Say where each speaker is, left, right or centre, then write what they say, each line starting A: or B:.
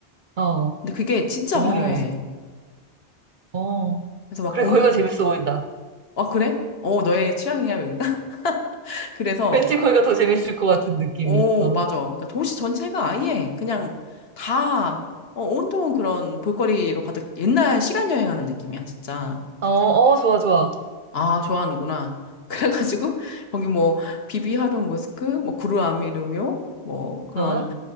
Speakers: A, on the right; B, on the left.
A: 어,
B: 근데 그게 진짜
A: 어,
B: 화려해.
A: 어.
B: 그래서 막
A: 그래,
B: 온,
A: 거기가 재밌어 보인다.
B: 아 그래? 어 너의 취향이야 여기가? <laughs> 그래서
A: 왠지 거기가 더 재밌을 것 같은 느낌이.
B: 오
A: 어,
B: 맞아. 그러니까 도시 전체가 아예 그냥 다 어, 온통 그런 볼거리로 가득 옛날 시간 여행하는 느낌이야 진짜.
A: 어, 어, 좋아, 좋아.
B: 아, 좋아하는구나. <laughs> 그래가지고, 거기 뭐, 비비하르 모스크, 뭐, 구루아미르묘, 뭐, 그런
A: 어,